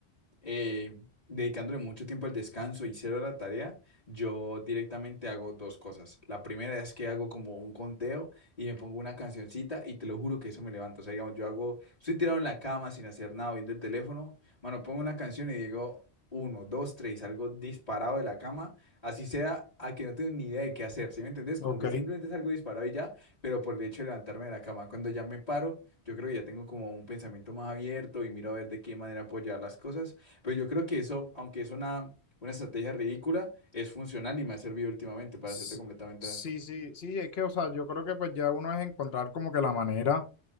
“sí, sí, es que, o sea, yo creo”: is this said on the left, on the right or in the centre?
Left